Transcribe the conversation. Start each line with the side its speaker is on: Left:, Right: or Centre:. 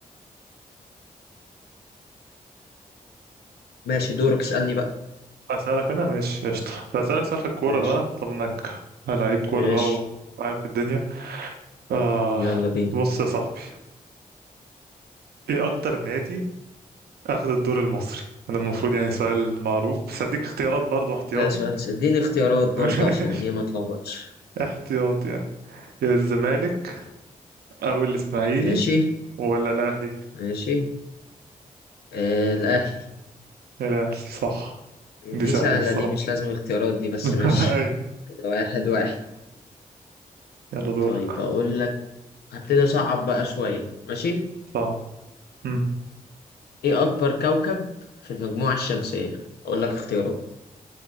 Left: ماشي دورك اسألني بقى
Right: اسالك انا ماشي قشطه طب اسالك سؤال في الكوره
Left: ماشي
Right: بقى طالما انك لعيب كوره
Left: ماشي
Right: بقى وعارف الدنيا آه
Left: يلا بينا
Right: بص يا صاحبي ايه اكتر نادي اخذ الدور المصري ده المفروض يعني سؤال معروف بس هديك اختيارات برضو احتياطي
Left: لا سؤال اديني اختيارات
Right: <laughs>
Left: برضو عشان ايه ما اتلخبطش
Right: احتياطي يعني. يا الزمالك او الاسماعيلي
Left: ماشي
Right: ولا الاهلي
Left: ماشي آه الاهلي
Right: الاهلي صح دي
Left: دي
Right: سهله
Left: سهلة
Right: دي الصراحه
Left: دي مش لازم اختيارات دي بس
Right: <laughs>
Left: ماشي
Right: ايوه
Left: كده واحد واحد
Right: يلا دورك
Left: طيب اقول لك هبتدي اصعب بقى شوية ماشي
Right: صعب مم.
Left: ايه اكبر كوكب في المجموعة الشمسية اقول لك اختيارات